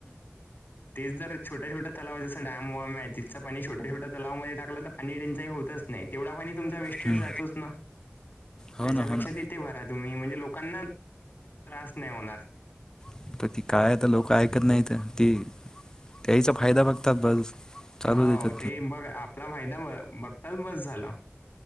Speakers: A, on the left (about 50°); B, on the left (about 15°).
A: तेच जर छोट्या छोट्या तलाव जसं डम वम्याय पाणी छोट्या छोट्या तलावमध्ये टाकलं तर पाणी त्यांच्याही होतच नाही तेवढा पाणी तुमचा वेस्टेड
B: हम्म
A: जातोच ना
B: हो
A: त्याच्यापेक्षा
B: ना हो ना
A: तिथे भरात तुम्ही म्हणजे लोकांना त्रास नाही होणार
B: हन तर ती काय आता लोक ऐकत नाहीत ती त्याचा फायदा बघतात बस चालू
A: हा
B: देतात
A: ते बघ आपला फायदा ब बघताच बस झाला